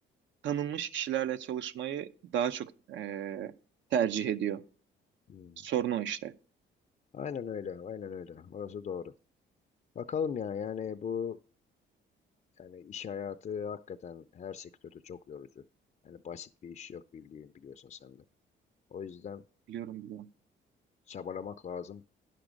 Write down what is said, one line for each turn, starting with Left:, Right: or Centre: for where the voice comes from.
Right: tanınmış kişilerle çalışmayı daha çok e, tercih ediyor.
Left: Hmm.
Right: Sorun o işte.
Left: Aynen öyle, aynen öyle. Orası doğru. Bakalım ya yani bu yani iş hayatı hakikaten her sektörde çok yorucu. Yani basit bir iş yok bildiğin biliyorsun sen de. O yüzden
Right: Biliyorum biliyorum.
Left: çabalamak lazım.